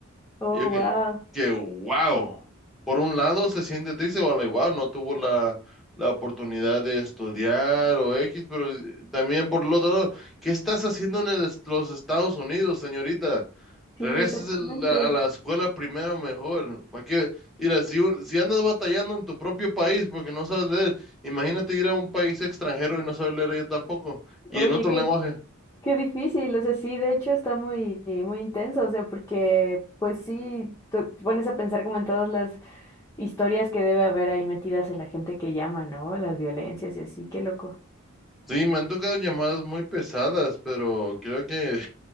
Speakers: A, on the left; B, in the centre.
A: Oh,
B: Y yo que,
A: wow.
B: que wow. Por un lado se siente triste, o igual no tuvo la, la oportunidad de estudiar o X, pero eh, también por el otro lado, ¿qué estás haciendo en el est- los Estados Unidos, señorita?
A: Sí,
B: Regreses
A: exactamente.
B: el- a, a la escuela primero mejor. ¿Para qué? Mira, si, un- si andas batallando en tu propio país porque no sabes leer, imagínate ir a un país extranjero y no saber leer yo tampoco. Y
A: Oye,
B: en otro
A: qué,
B: lenguaje.
A: qué difícil. O sea, sí, de hecho está muy, muy intenso. O sea, porque, pues sí, te pones a pensar como en todas las historias que debe haber ahí metidas en la gente que llama, ¿no? Las violencias y así, qué loco.
B: Sí, me han tocado llamadas muy pesadas, pero creo que